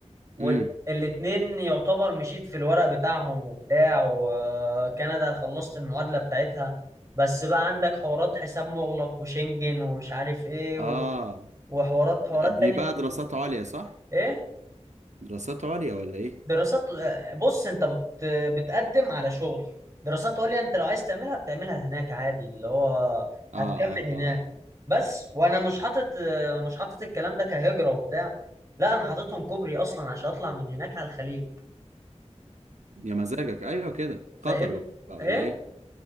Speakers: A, on the right; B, on the right.
A: والاتنين
B: امم
A: يعتبر مشيت في الورق بتاعهم وبتاع وكندا خلصت المعادله بتاعتها بس بقى عندك حوارات حساب مغلق وشنجن ومش عارف ايه و...
B: اه
A: وحوارات حوارات
B: دي
A: تانية
B: بقى
A: كتير
B: دراسات عليا صح
A: ايه
B: دراسات عليا ولا ايه
A: دراسات آه، بص انت بت... بتقدم على شغل دراسات عليا انت لو عايز تعملها بتعملها هناك عادي اللي هو
B: اه
A: هتكمل
B: اه
A: هناك
B: اه آه.
A: بس وانا مش حاطط آه، مش حاطط الكلام ده كهجرة وبتاع لا انا حاططهم كوبري اصلا عشان اطلع من هناك على الخليج
B: يا مزاجك ايوه كده
A: فاهم
B: قطر بقى
A: ايه
B: ولا ايه